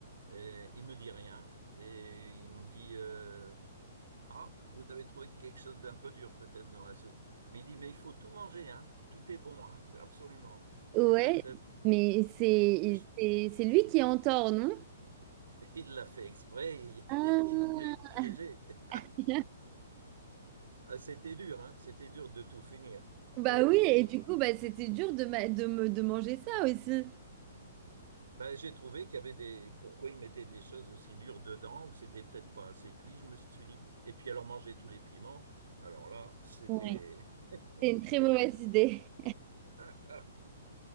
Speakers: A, on the right; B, on the right.
A: Et il me dit rien. Et il me dit, euh, ah, vous avez trouvé quelque chose d'un peu dur peut-être dans la soupe. Mais il dit, mais il faut tout manger, hein. Tout est bon, hein. C'est absolument. C'est
B: Ouais,
A: très, très bon.
B: mais c'est
A: Je-
B: c'est c'est lui qui est en tort, non?
A: <laughs> Il l'a fait exprès. Il,
B: Ah.
A: <laughs> il voulait me piéger. <laughs>
B: <laughs>
A: Ah, C'était dur, hein. C'était dur de tout finir.
B: Bah
A: Euh,
B: oui, et du coup, bah c'était dur de, ma- de me de manger ça aussi.
A: Ben, j'ai trouvé qu'il y avait des... Pourquoi ils mettaient des choses aussi dures dedans, ou c'était peut-être pas assez cuit, je me suis dit. Et puis alors manger tous les piments, alors là, c'était
B: Ouais.
A: <laughs>
B: C'est une très
A: très
B: mauvaise
A: dur.
B: idée.
A: Ah.